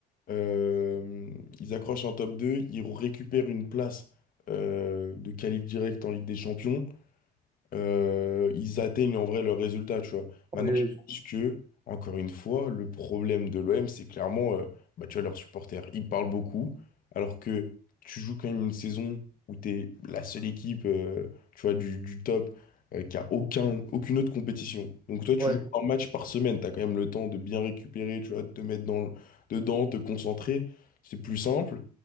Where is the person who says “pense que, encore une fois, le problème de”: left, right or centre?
Left